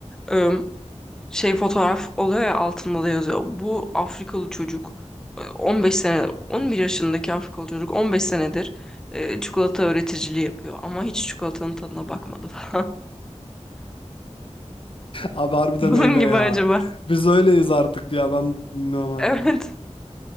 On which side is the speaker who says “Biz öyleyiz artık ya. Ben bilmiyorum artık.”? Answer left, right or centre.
Left